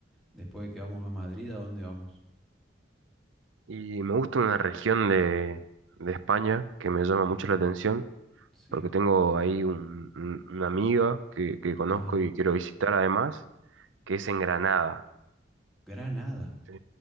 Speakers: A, in the centre; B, on the right (about 80°).
A: después de que vamos a Madrid, ¿a dónde vamos?
B: Y me gusta una región de, de España que me llama
A: Ujú,
B: mucho la atención
A: Sí.
B: porque tengo ahí un- un- una amiga que, que conozco
A: Ah,
B: y quiero visitar además, que es en Granada,
A: Granada.
B: ¿sí?